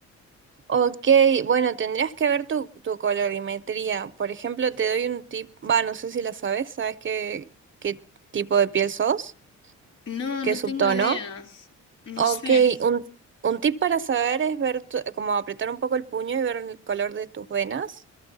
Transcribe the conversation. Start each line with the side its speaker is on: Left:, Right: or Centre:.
Right: Ok, bueno, tendrías que ver tu, tu colorimetría. Por ejemplo, te doy un tip, va, no sé si la sabes, ¿sabes qué, qué tipo de piel sos?
Left: No,
Right: ¿Qué
Left: no
Right: subtono?
Left: tengo idea. No
Right: Ok,
Left: sé.
Right: un, un tip para saber es ver, tu- como apretar un poco el puño y ver el color de tus venas.